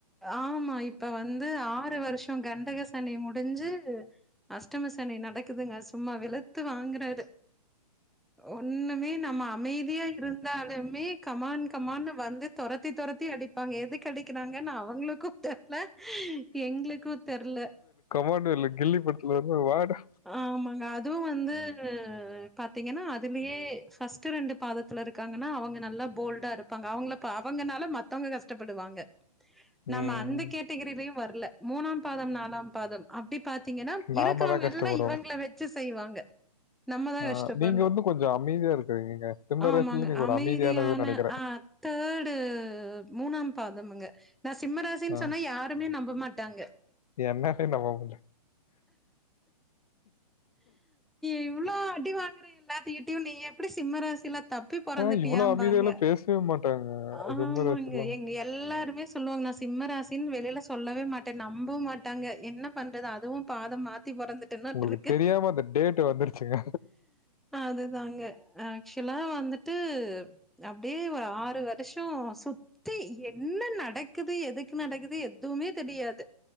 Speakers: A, in the centre; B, on the left.
A: ஆமா இப்ப வந்து ஆறு வருஷம் கண்டக சனி முடிஞ்சு அஷ்டம சனி நடக்குதுங்க சும்மா வெளுத்து வாங்குறாரு ஒண்ணுமே நம்ம அமைதியா இருந்தாலுமே கம்மான் கம்மாண்னு வந்து தொரத்தி தொரத்தி அடிப்பாங்க எதுக்கு அடிக்குறாங்க ஏன்னா அவுங்களுக்கும் தெரில எங்களுக்கும் தெர்ல
B: போட்டில்லி கில்லி படத்துல வந்து வாடா
A: ஆமாங்க அதுவும் வந்து பாத்தீங்கன்னா அதுலயே ஃபஸ்ட் ரெண்டு பாதத் துல இருக்காங்கன்னா அவுங்க நல்லா போல்டா இருப்பாங்க அவுங்கள அவுங்கனால மத்தவங்க கஷ்டப்படுவாங்க நம்ம
B: ம்,
A: அந்த கேட்டகிரிலயும் வரல மூணாம் பாதம் நாலாம் பாதம் அப்டி பாத்தீங்ன்னா
B: நாம
A: இருக்கறவங்க
B: தான் கஷ்டப்படுவோம்
A: எல்லாம் இவுங்கள வெச்சு செய்வாங்க நம்மதான்
B: ஆ,
A: கஷ்டப்பட்னோ
B: நீங்க வந்து கொஞ்சம் அமைதியா இருக்கிறீங்கங்க. சிம்ம
A: ஆமாங்க
B: ராசில நீங்க
A: அமைதியான
B: ஒரு அமைதியானதுன்னு நெனைக்கிறேன்.
A: ஆ தேர்டு மூணாம் பாதம்ங்க நான் சிம்மராசின்
B: ஆ
A: சொன்னா யாருமே நம்ப மாட்டாங்க
B: என்னாலே நம்ப முடியல.
A: இவ்வளோ அடி வாங்குற எல்லாத்தகிட்டயும் நீ எப்டி சிம்மராசில தப்பி பொறந்துட்டியாம்பாங்க
B: ஆ இவ்ளோ அமைதியாலாம் பேசவே மாட்டாங்க.
A: ஆமாங்க
B: சிம்ம ராசிலாம்.
A: எங்க எல்லாருமே சொல்லுவாங்க நான் சிம்மராசின் வெளியில சொல்லவே மாட்டேன் நம்பவும் மாட்டாங்க என்ன பண்றது அதுவும் பாதம் மாத் த்தி பொறந்துட்டனா
B: உங்களுக்கு
A: ட்ரிக்
B: தெரியாம அந்த டேட் வந்துடுச்சுங்க
A: அதுதாங்க ஆக்சுவலா வந்துட்டு அப்டியே ஒரு ஆறு வருஷம் சுத் த்தி என்ன நடக்குது எதுக்கு நடக்குது எதுவுமே தெரியாது